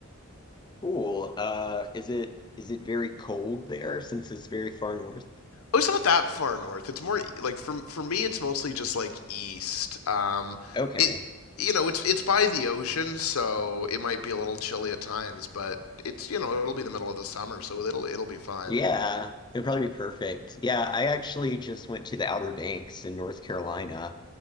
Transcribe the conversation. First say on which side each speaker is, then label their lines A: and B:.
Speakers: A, on the left; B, on the left.
A: Cool. Uh, is it is it very cold there since it's very far north?
B: Oh, it's not that far north. It's more like for for me, it's mostly just like east. Um,
A: Okay.
B: it you know, it's it's by the ocean, so it might be a little chilly at times, but it's you know, it'll be the middle of the summer, so it'll it'll be fine.
A: Yeah, it'd probably be perfect. Yeah, I actually just went to the Outer Banks in North Carolina.